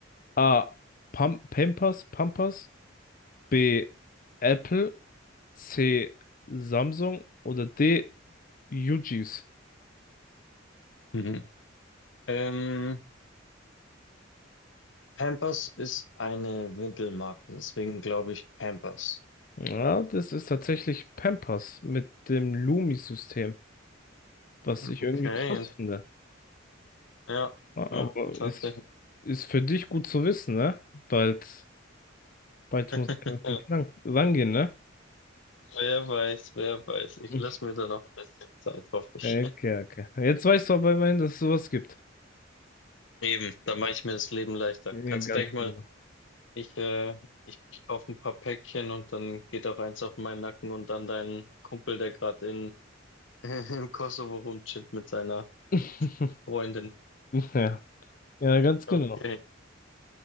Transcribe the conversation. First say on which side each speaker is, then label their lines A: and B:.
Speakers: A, on the left; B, on the left.
A: A. Pam Pampers, Pampers. B. Apple. C. Samsung. Oder D. UGs.
B: <laughs> Ähm, Pampers ist eine Windelmarke, deswegen glaube ich Pampers.
A: Ja, das ist tatsächlich Pampers mit dem Lumi-System, was
B: Okay,
A: ich irgendwie krass
B: int-
A: finde.
B: ja,
A: Aber
B: ja, tatsächlich.
A: ist, ist für dich gut zu wissen, ne? Bald, bald muss
B: <laughs>
A: ich mit den Kindern rangehen, ne?
B: Wer weiß, wer weiß. Ich
A: Mhm.
B: lasse mir da noch ein bisschen Zeit, hoffe ich.
A: Okay, okay. Jetzt weißt du aber immerhin, dass es sowas gibt.
B: Eben, da mache ich mir das Leben leichter.
A: Ja,
B: Kannst
A: ganz
B: gleich mal,
A: genau.
B: ich, äh, ich, ich kaufe ein paar Päckchen und dann geht auch eins auf meinen Nacken und dann deinen Kumpel, der gerade in <laughs> im Kosovo rumchillt mit seiner
A: <laughs>
B: Freundin.
A: Ja, ja, ganz genau.
B: Okay,